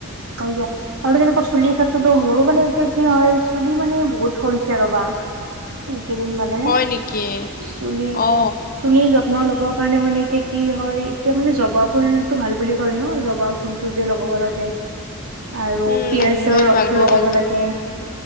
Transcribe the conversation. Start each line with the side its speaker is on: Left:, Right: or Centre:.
Right: হয় দিয়ক আৰু যেনেকুৱা চুলিৰ ক্ষেত্ৰত নহৰু মানে এতিয়া কি হয় চুলি মানে বহুত সৰিছে ৰবা। এইকেইদিন মানে
Left: হয় নেকি
Right: চুলি
Left: অ
Right: চুলিৰ যত্ন লব কাৰণে মানে এতিয়া কি হয় এতিয়া মানে জবা ফুল টো ভাল বুলি কয় ন' জবা ফুল টো যে লগাব লাগে আৰু
Left: উম
Right: পিয়াজৰ
Left: বহুত
Right: ৰসটো
Left: ভাল বহুত
Right: লগাব
Left: ভাল
Right: লাগে।